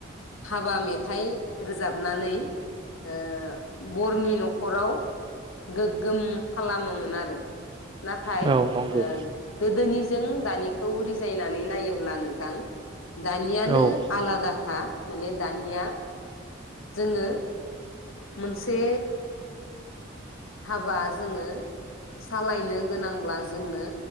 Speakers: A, on the left; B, on the right.
A: हाबा मेथाइ रोजाबनानै ओ बरनि न'खराव गोग्गोम खालामोमोन आरो नाथाय
B: औ
A: ओ
B: नंगौ
A: गोदोनि जों दानिखौ रिजायनानै नायोब्ला नोंथां दानियानो
B: औ
A: आलादा। हा माने दानिया जोङो मोनसे हाबा जोङो सालायनो गोनांब्ला जोंनो